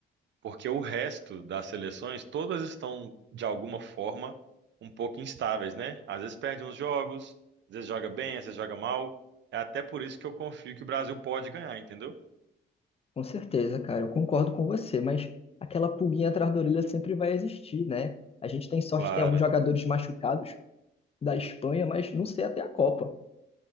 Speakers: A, on the right; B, on the left.
A: porque o resto das seleções, todas estão, de alguma forma, um pouco instáveis, né? Às vezes perde uns jogos, às vezes joga bem, às vezes joga mal. É até por isso que eu confio que o Brasil pode ganhar, entendeu?
B: Com certeza, cara. Eu concordo com você, mas aquela pulguinha atrás da orelha sempre vai existir, né? A gente tem sorte,
A: Claro.
B: tem alguns jogadores machucados da Espanha, mas não sei até a Copa.